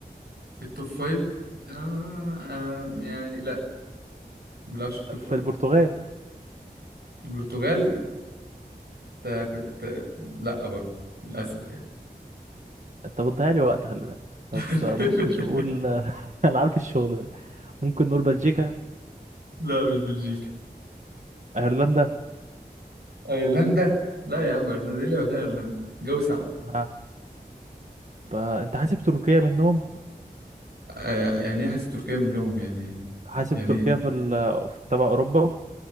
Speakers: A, on the right; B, on the right.
A: التوب فايف آه آه يعني لا ما بيلعبش
B: آه،
A: في التوب
B: في
A: فايف
B: البرتغال
A: البرتغال ده كنت لا برضه للأسف يعني
B: انت بتضيع لي وقت خلي بالك طب
A: <laughs>
B: آه، ممكن نقول <laughs> انا عارف الشغل ده ممكن نقول بلجيكا
A: لا مش بلجيكا
B: ايرلندا
A: ايرلندا لا يا عم ايرلندا ايه اللي وداها ايرلندا جو ساقع
B: آه، ب- انت حاسب تركيا منهم
A: آه يعني ايه حاسس تركيا منهم يعني
B: حاسب
A: يعني
B: تركيا
A: ايه
B: في ال... في تبع اوروبا